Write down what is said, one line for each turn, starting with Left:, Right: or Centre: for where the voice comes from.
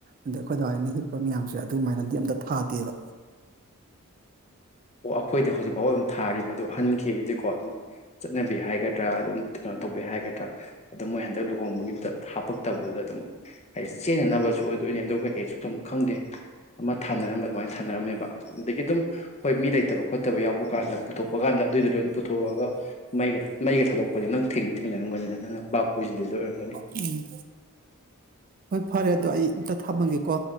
Right: ꯑꯗ ꯑꯩꯈꯣꯏ ꯗꯥ ꯍꯣꯏꯅ ꯍꯤꯞꯄ ꯃꯌꯥꯝꯁꯦ ꯑꯗꯨꯃꯥꯏꯅꯗꯤ ꯑꯝꯇ ꯊꯥꯗꯦꯕ
Left: ꯑꯣ ꯑꯩꯈꯣꯏꯗꯤ ꯍꯧꯖꯤꯛ ꯐꯥꯎꯕ ꯑꯗꯨꯝ ꯊꯥꯔꯤꯕꯗꯨ ꯑꯍꯟꯈꯤꯒꯩꯗꯤꯀꯣ ꯆꯠꯅꯕꯤ ꯍꯥꯏꯒꯗ꯭ꯔꯥ ꯑꯗꯨꯝ ꯀꯩꯅꯣ ꯇꯧꯕꯩ ꯍꯥꯏꯒꯗ꯭ꯔꯥ ꯑꯗꯨ ꯃꯣꯏ ꯍꯟꯗꯛ ꯂꯨꯍꯣꯡꯕꯒꯤꯗꯨꯗ ꯍꯥꯞꯄꯛꯇꯕꯗꯨꯗ ꯑꯗꯨꯝ ꯍꯥꯏꯗꯤ ꯆꯦꯟꯅꯅꯕꯁꯨ ꯑꯣꯏ ꯗꯣꯏꯅꯦ ꯑꯗꯨ ꯀꯩꯀꯩꯁꯨ ꯑꯗꯨꯝ ꯈꯪꯗꯦ ꯑꯃ ꯊꯥꯅꯔꯝꯕ ꯑꯗꯨꯃꯥꯏꯅ ꯊꯥꯅꯔꯝꯃꯦꯕ ꯑꯗꯒꯤ ꯑꯗꯨꯝ ꯍꯣꯏ ꯃꯤ ꯂꯩꯇꯕ ꯈꯣꯠꯇꯕ ꯌꯥꯎꯕ ꯀꯥꯟꯗ ꯄꯨꯊꯣꯛꯄ ꯀꯥꯟꯗ ꯑꯗꯨꯏꯗꯣ ꯂꯣꯏꯅ ꯄꯨꯊꯣꯛꯑꯒ ꯃꯩꯒ ꯃꯩꯒ ꯊꯥꯗꯣꯛ ꯄꯅꯦ ꯅꯪ ꯊꯦꯡꯗꯤ ꯊꯦꯡꯅꯔꯝꯒꯅꯤꯗ ꯅꯪꯅ ꯕꯥꯞ ꯑꯣꯏꯖꯤꯟꯗꯕꯗ ꯑꯣꯏꯔꯝꯒꯅꯤ
Right: ꯎꯝ ꯍꯣꯏ ꯐꯔꯦ ꯑꯗꯣ ꯑꯩ ꯑꯝꯇ ꯊꯝꯃꯒꯦꯀꯣ